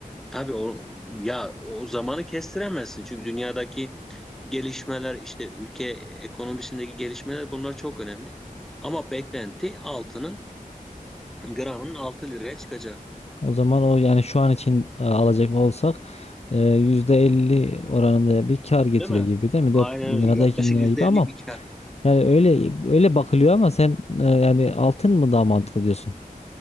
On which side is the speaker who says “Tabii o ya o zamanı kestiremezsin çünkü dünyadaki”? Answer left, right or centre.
Centre